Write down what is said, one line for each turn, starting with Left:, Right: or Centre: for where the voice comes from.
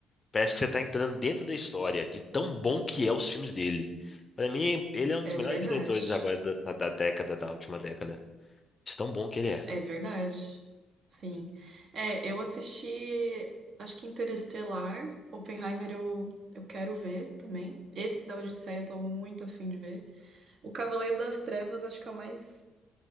Left: Parece que você tá entrando dentro da história, de tão bom que é os filmes dele. Pra mim, ele é um
Right: É
Left: dos melhores
Right: verdade.
Left: diretores agora da, da da década, da última década. De tão bom que ele é.
Right: É verdade. Sim. É, eu assisti, acho que Interestelar, Oppenheimer eu, eu quero ver também. Esse da Odisseia eu tô muito afim de ver. O Cavaleiro das Trevas acho que é o mais,